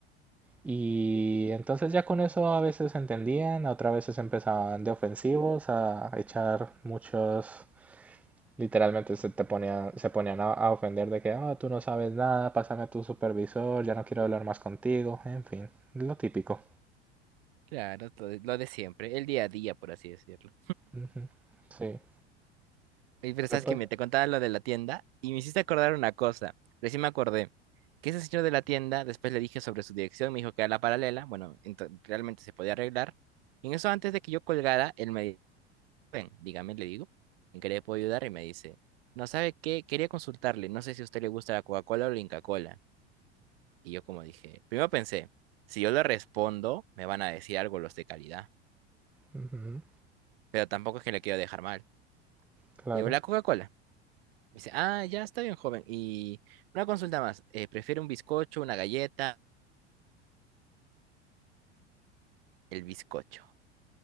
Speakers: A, in the centre; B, on the right (about 60°).
A: Y entonces ya con eso a veces entendían, a otras veces empezaban de ofensivos a echar muchos Literalmente se te ponía, se ponían a, a ofender de que, "Ah, tú no sabes nada, pásame a tu supervisor, ya no quiero hablar más contigo, en fin, lo típico.
B: Claro, lo de, lo de siempre, el día a día, por así decirlo.
A: Ujú, Sí,
B: Oye, pero
A: pero
B: sabes
A: pues,
B: que me te contaba lo de la tienda y me hiciste acordar una cosa. Recién me acordé que ese señor de la tienda, después le dije sobre su dirección, me dijo que era la paralela. Bueno, ento- realmente se podía arreglar. Y en eso, antes de que yo colgara, él me dijo, ven, dígame, le digo, ¿en qué le puedo ayudar? Y me dice, no sabe qué, quería consultarle, no sé si a usted le gusta la Coca-Cola o la Inca-Cola. Y yo como dije, primero pensé, si yo le respondo, me van a decir algo los de calidad,
A: ujú,
B: pero tampoco es que le quiero dejar mal.
A: claro,
B: Le digo, la Coca-Cola. Me dice, ah, ya está bien, joven. Y una consulta más, eh, ¿prefiere un bizcocho, una galleta? El bizcocho.